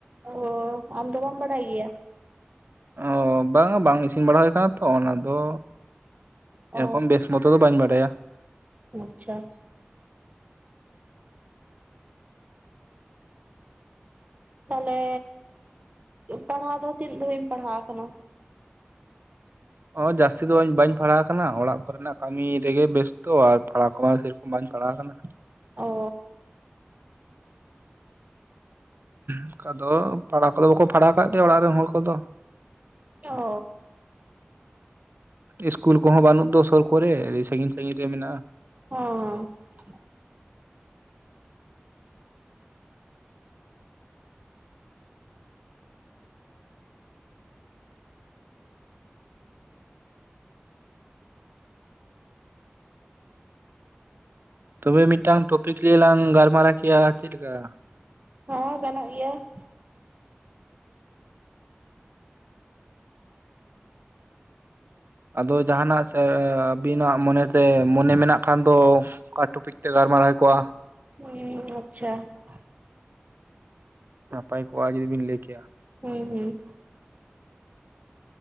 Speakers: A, on the right; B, on the right.
A: ᱚ ᱾ ᱟᱢ ᱫᱚ ᱵᱟᱢ ᱵᱟᱲᱟᱭ ᱜᱮᱭᱟ?
B: ᱚ ᱾ ᱵᱟᱝᱟ ᱵᱟᱝ ᱤᱥᱤᱱ ᱵᱟᱲᱟ ᱦᱩᱭ ᱠᱟᱱᱟ ᱛᱚ ᱚᱱᱟ ᱫᱚ ᱮᱨᱚᱠᱚᱢ
A: ᱚ
B: ᱵᱮᱥ ᱢᱚᱛᱚ ᱫᱚ ᱵᱟᱹᱧ ᱵᱟᱰᱟᱭᱟ ᱾
A: ᱟᱪᱪᱷᱟ ᱾ ᱛᱟᱦᱚᱞᱮ ᱯᱟᱲᱦᱟᱣ ᱫᱚ ᱛᱤᱱᱟᱹᱜ ᱫᱷᱟᱣᱤᱡ ᱮᱢ ᱯᱟᱲᱦᱟᱣ ᱟᱠᱟᱱᱟ?
B: ᱚ ᱾ ᱡᱟᱹᱥᱛᱤ ᱫᱚ ᱵᱟᱹᱧ ᱯᱟᱲᱦᱟᱣ ᱟᱠᱟᱱᱟ ᱚᱲᱟᱜ ᱠᱚᱨᱮᱱᱟᱜ ᱠᱟᱹᱢᱤ ᱨᱮᱜᱮ ᱵᱮᱥᱛᱚ ᱟᱨ ᱯᱟᱲᱦᱟᱣ ᱠᱚᱢᱟ ᱥᱮᱨᱚᱠᱚᱢ ᱵᱟᱹᱧ ᱯᱟᱲᱟᱣ ᱟᱠᱟᱱᱟ ᱾
A: ᱚ ᱾
B: ᱚᱱᱠᱟ ᱫᱚ ᱯᱟᱲᱦᱟ ᱠᱚᱫᱚ ᱵᱟᱠᱚ ᱯᱟᱲᱦᱟᱣ ᱟᱠᱟᱫ ᱜᱮᱭᱟ ᱚᱲᱟᱜ ᱨᱮᱱ ᱦᱚᱲ ᱠᱚᱫᱚ ᱾
A: ᱚ ᱾
B: ᱤᱥᱠᱩᱞ ᱠᱚᱦᱚᱸ ᱵᱟᱹᱱᱩᱜ ᱫᱚ ᱥᱩᱨ ᱠᱚᱨᱮ ᱟᱹᱰᱤ ᱥᱟᱺᱜᱤᱧ ᱥᱟᱺᱜᱤᱧ ᱨᱮ ᱢᱮᱱᱟᱜᱼᱟ ᱾
A: ᱦᱮᱸ ᱦᱮᱸ ᱾
B: ᱛᱚᱵᱮ ᱢᱤᱫᱴᱟᱝ ᱴᱚᱯᱤᱠᱨᱮ ᱞᱟᱝ ᱜᱟᱞᱢᱟᱨᱟᱣ ᱠᱮᱭᱟ ᱪᱮᱫ ᱞᱮᱠᱟ?
A: ᱦᱮᱸ ᱜᱟᱱᱚᱜ ᱜᱮᱭᱟ ᱾
B: ᱟᱫᱚ ᱡᱟᱦᱟᱱᱟᱜ ᱥᱮ ᱟᱹᱵᱤᱱᱟᱜ ᱢᱚᱱᱮ ᱛᱮ ᱢᱚᱱᱮ ᱢᱮᱱᱟᱜ ᱠᱷᱟᱱ ᱫᱚ ᱚᱠᱟ ᱴᱚᱯᱤᱠ ᱛᱮ ᱜᱟᱞᱢᱟᱨᱟᱣ ᱦᱩᱭ ᱠᱚᱜᱼᱟ
A: ᱦᱮᱸ ᱟᱪᱪᱷᱟ ᱾
B: ᱯᱟᱯᱟᱭ ᱠᱚ ᱟᱫ ᱡᱩᱫᱤ ᱵᱤᱱ ᱞᱟᱹᱭ ᱠᱮᱭᱟ ᱾
A: ᱦᱮᱸ ᱦᱩᱸ ᱾